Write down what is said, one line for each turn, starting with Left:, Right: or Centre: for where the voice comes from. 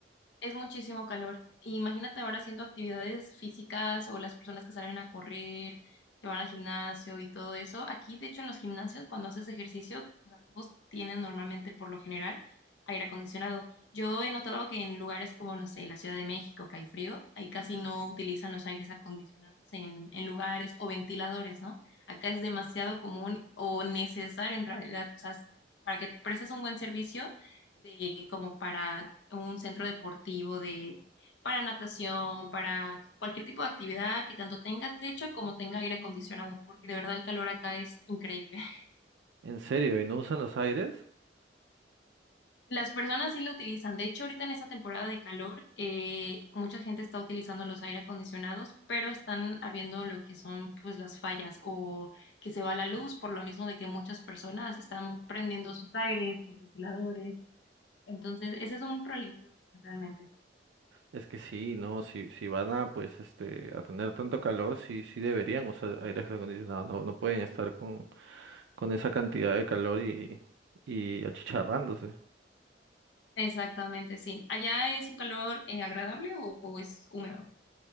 Left: Es muchísimo calor. Y Imagínate ahora haciendo actividades físicas o las personas que salen a correr, que van al gimnasio y todo eso. Aquí, de hecho, en los gimnasios, cuando haces ejercicio, o sea, todos tienen normalmente, por lo general, aire acondicionado. Yo he notado que en lugares como, no sé, la Ciudad de México, que hay frío, ahí casi no utilizan los aires acondicionados en, en lugares o ventiladores, ¿no? Acá es demasiado común o necesario en realidad. O sea, para que prestes un buen servicio de como para un centro deportivo de, para natación, para cualquier tipo de actividad que tanto tenga techo como tenga aire acondicionado, porque de verdad el calor acá es increíble. <laughs>
Right: ¿En serio? ¿Y no usan los aires?
Left: Las personas sí lo utilizan. De hecho, ahorita en esta temporada de calor, eh, mucha gente está utilizando los aire acondicionados, pero están habiendo lo que son pues las fallas o que se va la luz por lo mismo de que muchas personas están prendiendo sus aires, sus ventiladores. Entonces, ese es un problema realmente.
Right: Es que sí, no, si, si van a pues este a tener tanto calor, sí, sí deberían usar aire acondicionado, no, no pueden estar con, con esa cantidad de calor y, y achicharrándose.
Left: Exactamente, sí. ¿Allá es un calor eh, agradable o, o es húmedo?